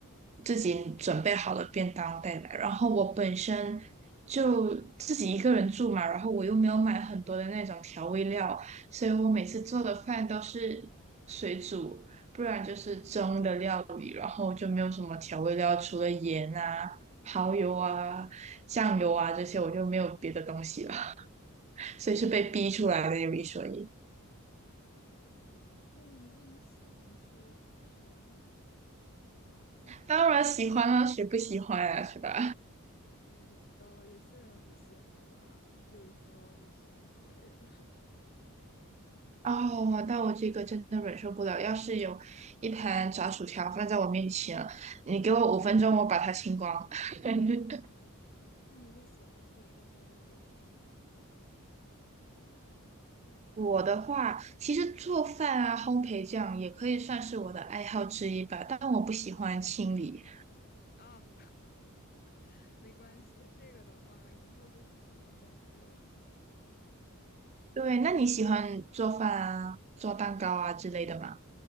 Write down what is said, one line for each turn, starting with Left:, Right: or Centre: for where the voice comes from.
Right: 自己准备好了便当带来。然后我本身就自己一个人住嘛，然后我又没有买很多的那种调味料，所以我每次做的饭都是水煮。不然就是蒸的料理，然后就没有什么调味料，除了盐啊、蚝油啊、酱油啊这些，我就没有别的东西了，所以是被逼出来的，有一说一。
Left: 啊 <laughs>。那你那你喜欢吃好吃的吗？
Right: 当然喜欢啊，谁不喜欢啊，是吧？
Left: 我不知道，有些人不喜欢吧，比如说一些白人。<laughs>
Right: 哦，那我这个真的忍受不了。要是有一盘炸薯条放在我面前，你给我五分钟，我把它清光。<laughs>
Left: 那你会喜欢自己在家里做饭吗？
Right: 我的话，其实做饭啊、烘焙这样也可以算是我的爱好之一吧，但我不喜欢清理。
Left: 啊，<laughs> 没关系，这个的话以后都是智能家居了。
Right: 对，那你喜欢做饭啊、做蛋糕啊之类的吗？
Left: 嗯。